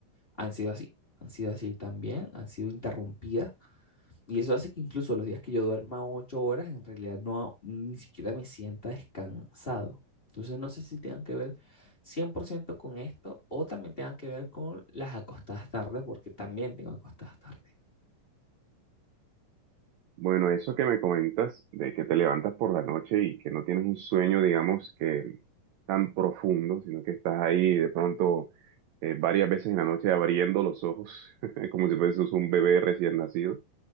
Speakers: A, on the left; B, on the right.
A: han sido así, han sido así también, han sido interrumpidas y eso hace que incluso los días que yo duerma ocho horas en realidad no ni siquiera me sienta descansado. Entonces no sé si tengan que ver 100% con esto o también tengan que ver con las acostadas tarde, porque también tengo acostadas tarde.
B: Bueno, eso que me comentas de que te levantas por la noche y que no tienes un sueño, digamos, que tan profundo, sino que estás ahí de pronto eh, varias veces en la noche abriendo los ojos, <laughs> como si fueses un bebé recién nacido.